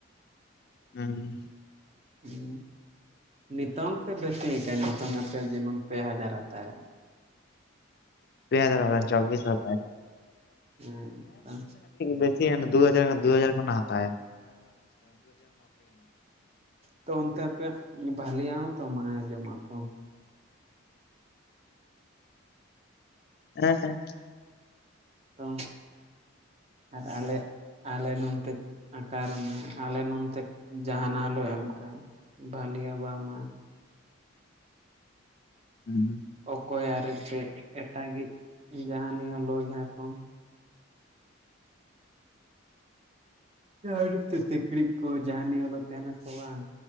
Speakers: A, on the left; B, on the right.
A: ᱦᱮᱸ
B: ᱦᱮᱸ ᱱᱤᱛᱚᱝ ᱥᱮ ᱵᱮᱥᱤᱠᱟᱱᱟ ᱱᱤᱛᱚᱝ ᱟᱯᱮ ᱡᱮᱢᱚᱱ ᱯᱮ ᱦᱟᱡᱟᱨ ᱦᱟᱛᱟᱣ ᱮᱜ-ᱟ
A: ᱯᱮ ᱦᱟᱡᱟᱨ ᱪᱚᱵᱵᱤᱥ ᱢᱞᱴ
B: ᱦᱮᱸ ᱛᱚ
A: ᱵᱮᱥ ᱫᱩ ᱦᱟᱡᱟᱨ ᱫᱩ ᱦᱟᱡᱟᱨ ᱠᱷᱚᱱᱟᱜ ᱦᱟᱛᱟᱣᱟ
B: ᱛᱚ ᱚᱱᱛᱮ ᱟᱯᱮ ᱵᱟᱞᱤᱭᱟ ᱛᱚᱢᱟᱭ ᱡᱚᱢᱟ ᱠᱚ
A: ᱦᱮᱸ ᱦᱮᱸ
B: ᱛᱚ ᱟᱨ ᱟᱞᱮ ᱟᱞᱮ ᱱᱚᱱᱛᱮ ᱟᱠᱟᱨ ᱢᱟ ᱟᱞᱮ ᱱᱚᱱᱛᱮ ᱡᱟᱦᱟᱱᱟᱜ ᱞᱮ ᱮᱢ ᱠᱟᱜ ᱵᱟᱹᱞᱮᱤᱭᱟᱵᱟ ᱢᱟ
A: ᱦᱩᱸ ᱦᱩᱸ
B: ᱚᱠᱚᱭᱟᱜ ᱨᱮ ᱪᱮᱫ ᱮᱴᱟᱜᱮ ᱡᱟᱦᱟᱱᱤᱭᱟᱹ ᱞᱚᱭᱦᱟ ᱠᱚ ᱟᱹᱰᱤ ᱛᱮ ᱴᱠᱲᱤᱡ ᱠᱚ ᱡᱟᱦᱟᱱᱤ ᱚᱞᱚᱜ ᱛᱟᱦᱮᱱᱟᱠᱚ ᱵᱟᱝ